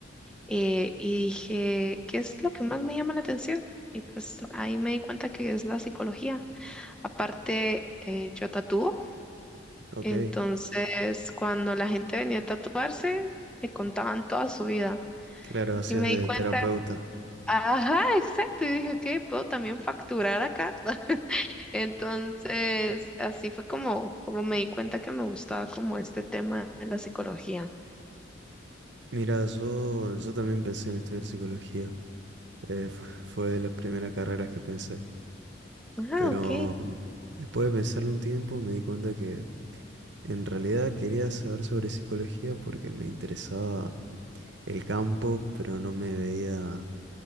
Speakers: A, in the centre; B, on the right (about 60°).
A: eh, y dije, ¿qué es lo que más me llama la atención? Y pues ahí me di cuenta que es la psicología. Aparte, eh, yo tatúo,
B: Ok,
A: entonces cuando la gente venía a tatuarse, me contaban toda su vida.
B: claro, hacías
A: Y me
B: de
A: di cuenta
B: terapeuta.
A: Ajá, exacto. Y dije, ok, puedo también facturar acá. <laughs> Entonces, así fue como, como me di cuenta que me gustaba como este tema de la psicología.
B: Mira, yo, yo también pensé en estudiar psicología. eh, fu- fue, de las primeras carreras que pensé.
A: Ah,
B: Pero
A: ok.
B: Después de pensarlo un tiempo, me di cuenta que en realidad quería saber sobre psicología porque me interesaba el campo, pero no me veía,